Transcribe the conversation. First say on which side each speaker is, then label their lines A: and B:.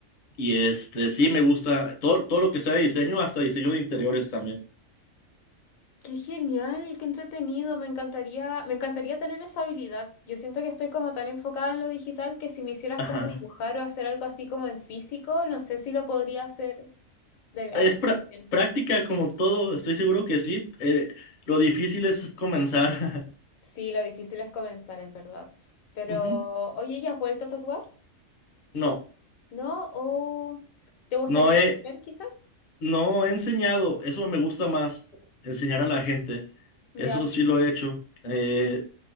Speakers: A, on the left (about 50°); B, on the left (about 80°).
A: Y este, sí, me gusta todo, todo lo que sea de diseño, hasta diseño de interiores también.
B: Qué genial, qué entretenido, me encantaría, me encantaría tener esa habilidad. Yo siento que estoy como tan enfocada en lo digital que si me hicieras
A: Ajá.
B: como dibujar o hacer algo así como en físico, no sé si lo podría hacer de-
A: Es
B: así
A: prá
B: de bien.
A: práctica como todo, estoy seguro que sí. Eh, lo difícil es comenzar.
B: Sí, lo difícil es comenzar, es verdad.
A: <laughs>
B: Pero,
A: Ujú.
B: oye, ¿ya has vuelto a tatuar?
A: No,
B: ¿No? ¿O te gustaría
A: no he.
B: volver quizás?
A: No he enseñado, eso me gusta más, enseñar a la gente.
B: Ya,
A: Eso sí lo he hecho. Eh,